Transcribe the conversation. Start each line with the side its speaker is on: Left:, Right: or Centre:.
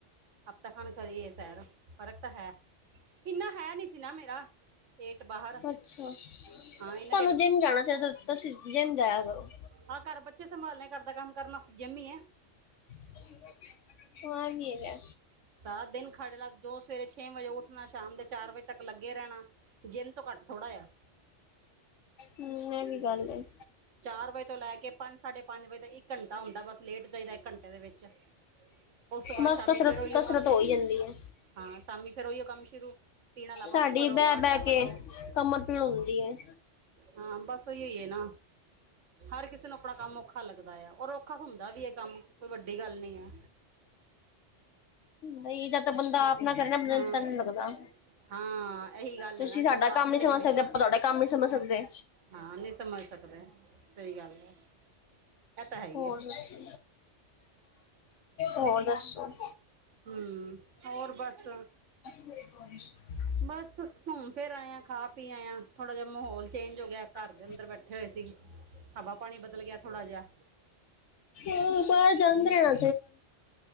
Right: ਹਫ਼ਤਾ ਖਢ ਕਰੀ ਏ ਸੈਰ ਫ਼ਰਕ ਤਾਂ ਹੈ। ਇੰਨਾ ਹੈ ਨੀ ਸੀ ਨਾ ਮੇਰਾ ਪੇਟ ਬਾਹਰ,
Left: ਅੱਛਾ
Right: ਹਾਂ
Left: ਤੁਹਾਨੂੰ
Right: ਏਨਾਂ
Left: ਜਿੰਮ ਜਾਣਾ ਚਾਈਦਾ ਤੁਸੀਂ ਜਿੰਮ ਜਾਇਆ ਕਰੋ।
Right: ਆ ਘਰ ਬੱਚੇ ਸੰਭਾਲਣੇ, ਘਰ ਦਾ ਕੰਮ ਕਰਨਾ ਅਸੀ ਜਿੰਮ ਈ ਐ।
Left: <unintelligible> ਹਾ
Right: ਸਾਰਾ ਦਿਨ ਖੜ ਲਤ ਜੋ ਸਵੇਰੇ ਛੇ ਵਜੇ ਉੱਠਣਾ, ਸ਼ਾਮ ਦੇ ਚਾਰ ਵਜੇ ਤੱਕ ਲੱਗੇ ਰੈਣਾ। ਜਿੰਮ ਤੋਂ ਘੱਟ ਥੋੜ੍ਹਾ ਆ।
Left: ਹੂੰ, ਏ ਵੀ ਗੱਲ ਏ।
Right: ਚਾਰ ਵਜੇ ਤੋਂ ਲੈ ਕੇ ਪੰਜ-ਸਾਢੇ ਪੰਜ ਵਜੇ ਤਕ ਇੱਕ ਘੰਟਾ ਹੁੰਦਾ, ਬਸ ਲੇਟ ਜਾਈਦਾ ਇੱਕ ਘੰਟੇ ਦੇ ਵਿੱਚ। ਉਸ ਤੋਂ ਬਾਦ
Left: ਬਸ
Right: ਸ਼ਾਮੀ
Left: ਕਸਰਤ
Right: ਫੇਰ ਓਈਓ
Left: ਕਸਰਤ
Right: ਕੰਮ
Left: ਹੋ
Right: ਸ਼ੁਰੂ,
Left: ਹੀ ਜਾਂਦੀ ਹੈ
Right: ਹਾਂ ਸ਼ਾਮੀ ਫੇਰ ਓਈਓ ਕੰਮ ਸ਼ੁਰੂ। ਪੀਣ ਅਲਾ ਪਾਣੀ
Left: ਸਾਡੀ
Right: ਭਰੋ,
Left: ਬਹਿ
Right: ਆਟਾ
Left: ਬਹਿ ਕੇ
Right: ਮੱਲੋ।
Left: ਕਮਰ ਪੀੜ ਹੁੰਦੀ ਏ।
Right: ਹਾਂ ਬਸ ਉਈ-ਉਈ ਏ ਨਾ। ਹਰ ਕਿਸੇ ਨੂੰ ਆਪਣਾ ਕੰਮ ਔਖਾ ਲੱਗਦਾ ਆ ਔਰ ਔਖਾ ਹੁੰਦਾ ਵੀ ਐ ਕੰਮ ਕੋਈ ਵੱਡੀ ਗੱਲ ਨੀ ਐ।
Left: ਬਈ ਤਾਂ 'ਤੇ ਬੰਦਾ ਆਪ ਨਾ ਕਰੇ ਨਾ ਬੰਦੇ
Right: ਹਾਂ
Left: ਨੂੰ ਪਤਾ ਨੀ ਲੱਗਦਾ।
Right: ਹਾਂ ਇਹੀ ਗੱਲ
Left: ਤੁਸੀਂ
Right: ਹੈ ਨਾ
Left: ਸਾਡਾ
Right: ਜਦੋਂ ਆਪ
Left: ਕੰਮ ਨੀ
Right: ਤੇ
Left: ਸਮਝ
Right: ਵੇਚ
Left: ਸਕਦੇ, ਆਪਾਂ ਤੁਹਾਡਾ ਕੰਮ ਨੀ ਸਮਝ ਸਕਦੇ।
Right: ਹਾਂ ਨਈ ਸਮਝ ਸਕਦੇ, ਸਈ ਗੱਲ ਐ। ਐ ਤਾਂ ਹੈ ਈ
Left: ਹੋਰ
Right: ਐ।
Left: ਦੱਸੋ ਹੋਰ ਦੱਸੋ
Right: ਹੂੰ ਹੋਰ ਬਸ
Left: <inaudible>
Right: ਬਸ ਘੁੰਮ ਫਿਰ ਆਏ ਆ, ਖਾ ਪੀ ਆਏ ਆ ਥੋੜਾ ਜਾ ਮਾਹੌਲ ਚੇਂਜ ਹੋ ਗਿਆ ਘਰ ਦੇ
Left: <inaudible>
Right: ਅੰਦਰ ਬੈਠੇ ਹੋਏ ਸੀ ਹਵਾ ਪਾਣੀ ਬਦਲ ਗਿਆ ਥੋੜਾ ਜਿਹਾ
Left: ਓ ਤਾਰਾ ਜਨ ਰੇਆ।